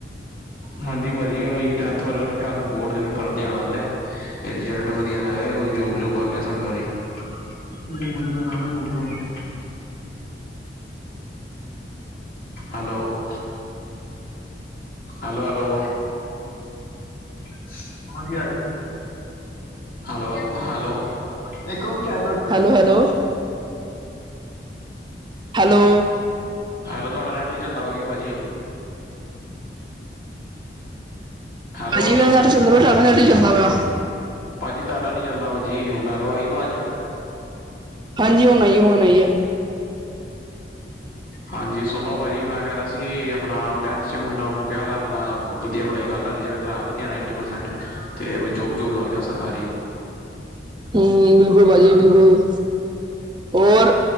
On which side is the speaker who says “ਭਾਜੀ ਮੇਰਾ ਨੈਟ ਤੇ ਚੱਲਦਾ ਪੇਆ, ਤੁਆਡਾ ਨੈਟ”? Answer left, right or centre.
Right